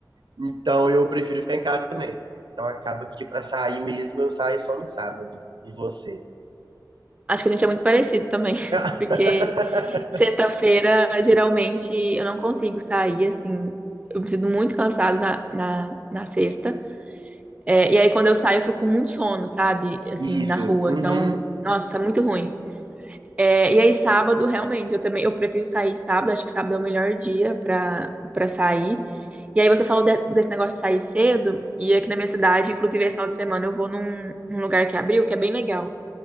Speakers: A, on the right (about 85°); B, on the right (about 15°).
A: Então eu prefiro ficar em casa também. Então acaba que para sair mesmo eu saio só no sábado. E você?
B: Acho que a gente é muito parecido também, <laughs>
A: <laughs>
B: porque sexta-feira, geralmente, eu não consigo sair, assim, eu me sinto muito cansada na, na, na sexta. É, e aí, quando eu saio, eu fico com muito sono, sabe? Assim,
A: Isso.
B: na rua.
A: Uhum.
B: Então, nossa, é muito ruim. É, e aí, sábado, realmente, eu também, eu prefiro sair sábado, acho que sábado é o melhor dia pra, pra sair. E aí, você falou de- desse negócio de sair cedo, e aqui na minha cidade, inclusive, esse final de semana, eu vou num, num lugar que abriu, que é bem legal,